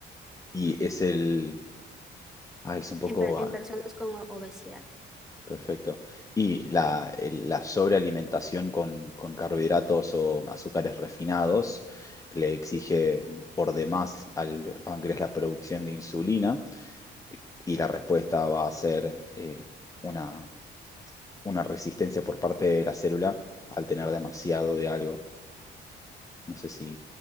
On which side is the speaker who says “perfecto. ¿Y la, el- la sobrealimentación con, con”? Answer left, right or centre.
Left